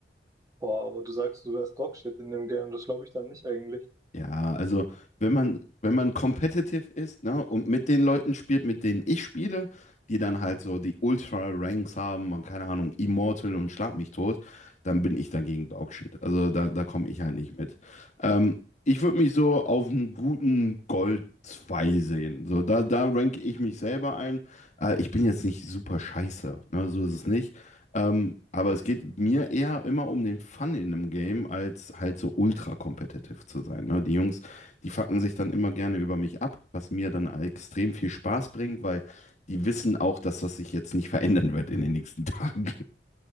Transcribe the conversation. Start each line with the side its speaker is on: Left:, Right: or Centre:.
Right: Boah, aber du sagst, du wärst Dogshit in dem Game, das glaube ich dann nicht eigentlich.
Left: Ja, also wenn man, wenn man competitive ist, ne, und mit den Leuten spielt, mit denen ich spiele, die dann halt so die Ultra-Ranks haben und keine Ahnung, Immortal und schlag mich tot, dann bin ich dagegen Dogshit. Also da, da komme ich halt nicht mit. Ähm, ich würde mich so auf einen guten Gold 2 sehen. So, da, da ranke ich mich selber ein. Äh, ich bin jetzt nicht super scheiße, ne, so ist es nicht. Ähm, aber es geht mir eher immer um den Fun in einem Game, als halt so ultra kompetitiv zu sein. Ne? Die Jungs, die fucken sich dann immer gerne über mich ab, was mir dann extrem viel Spaß bringt, weil die wissen auch, dass das sich jetzt nicht <laughs> verändern wird in den nächsten Tagen.